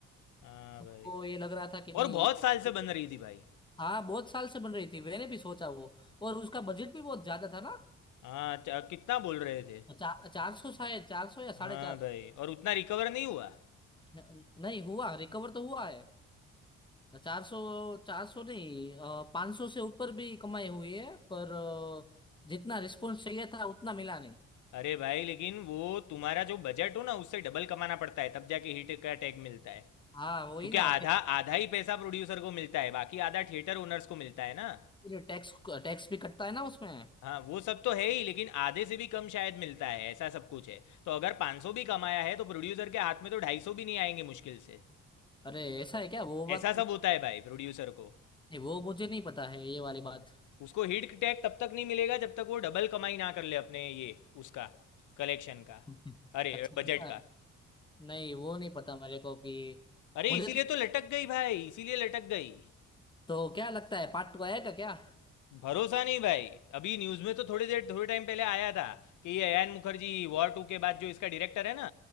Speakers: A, on the left; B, on the left.
A: हाँ
B: सबको
A: भाई
B: ये लग रहा था कि नहीं
A: और बहुत साल से
B: ये-
A: बन रही थी भाई
B: हाँ बहुत साल से बन रही थी मैंने भी सोचा वो और उसका बजट भी बहुत ज्यादा था ना
A: हाँ च- कितना बोल रहे थे
B: चा, चार सौ शायद चार सौ या
A: हाँ
B: साढ़े चार
A: भाई
B: सौ
A: और उतना रिकवर नहीं हुआ
B: न- नहीं हुआ रिकवर तो हुआ है चार सौ चार सौ नहीं पाँच सौ से ऊपर भी कमाई हुई है पर अ, जितना रिस्पॉन्स चाहिए था उतना मिला नहीं
A: अरे भाई लेकिन वो तुम्हारा जो बजट हो ना उससे डबल कमाना पड़ता है तब जाके हिट का टैग मिलता है
B: हाँ वही
A: क्योंकि
B: ना
A: आधा आधा ही पैसा प्रोड्यूसर को मिलता है बाकी आधा थिएटर ओनर्स को मिलता है ना
B: फिर टैक्स टैक्स भी कटता है ना उसमें
A: हाँ वो सब तो है ही लेकिन आधे से भी कम शायद मिलता है ऐसा सब कुछ है तो अगर 500 भी कमाया है तो प्रोड्यूसर के हाथ में तो 250 भी नहीं आएंगे मुश्किल से
B: अरे ऐसा है क्या वो बात
A: ऐसा सब
B: नहीं
A: होता है भाई प्रोड्यूसर को
B: वो मुझे नहीं पता है ये वाली
A: हाँ।
B: बात
A: उसको हिट टैग तब तक नहीं मिलेगा जब तक वो डबल कमाई ना कर ले अपने ये उसका कलेक्शन का
B: <laughs>
A: अरे
B: अच्छा
A: बजट
B: ऐसा
A: का
B: है नहीं वो नहीं पता मेरे को कि
A: अरे
B: मुझे
A: इसीलिए
B: तो,
A: तो लटक गई भाई इसीलिए लटक गई
B: तो क्या लगता है पार्ट टू आएगा क्या
A: भरोसा नहीं भाई अभी न्यूज़ में तो थोड़ी देर थोड़े टाइम पहले आया था कि ये अयान मुखर्जी वॉर टू के बाद जो इसका डायरेक्टर है ना